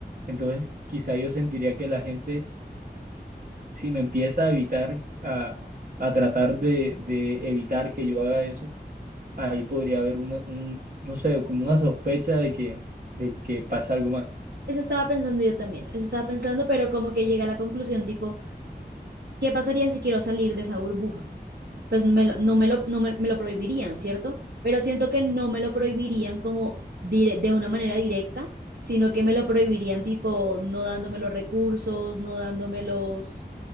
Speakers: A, on the right; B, on the right.
A: Entonces quizá yo sentiría que la gente, si me empieza a evitar, a, a tratar de de evitar que yo haga eso ahí podría haber una, un, no sé, como una sospecha de que, de que pasa algo más.
B: eso estaba pensando yo también, eso estaba pensando, pero como que llegué a la conclusión tipo, ¿qué pasaría si quiero salir de esa burbuja? pues me lo- no me lo, no me, me lo prohibirían, ¿cierto? Pero siento que no me lo prohibirían como dire- de una manera directa, sino que me lo prohibirían tipo no dándome los recursos, no dándome los,